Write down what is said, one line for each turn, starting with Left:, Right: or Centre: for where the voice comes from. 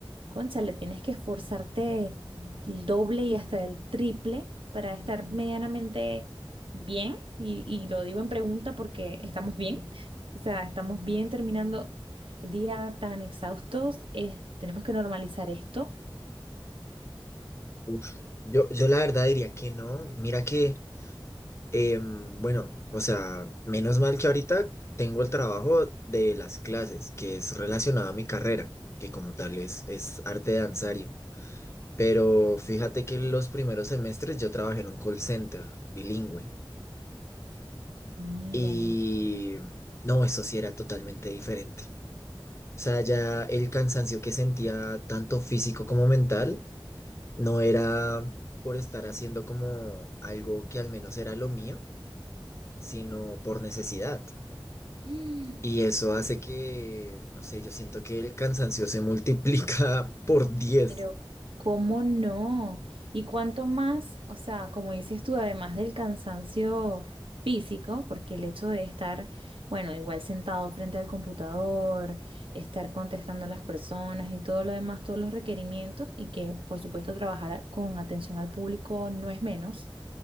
Right: cónchale, tienes que esforzarte el doble y hasta el triple para estar medianamente bien. Y, y lo digo en pregunta porque estamos bien. O sea, estamos bien terminando el día tan exhaustos. eh, tenemos que normalizar esto.
Left: uf, yo, yo la verdad diría que no. Mira que... Em, bueno, o sea, menos mal que ahorita tengo el trabajo de las clases, que es relacionado a mi carrera, que como tal es, es arte danzario. Pero fíjate que los primeros semestres yo trabajé en un call center bilingüe
Right: Mira.
Left: y no, eso sí era totalmente diferente. O sea, ya el cansancio que sentía, tanto físico como mental, no era por estar haciendo como algo que al menos era lo mío, sino por necesidad.
Right: <gasps>
Left: Y eso hace que, no sé, yo siento que el cansancio se multiplica <laughs> por diez
Right: Pero, ¿cómo no? Y cuánto más, o sea, como dices tú, además del cansancio físico, porque el hecho de estar, bueno, igual sentado frente al computador, estar contestando a las personas y todo lo demás, todos los requerimientos, y que por supuesto trabajar a- con atención al público no es menos.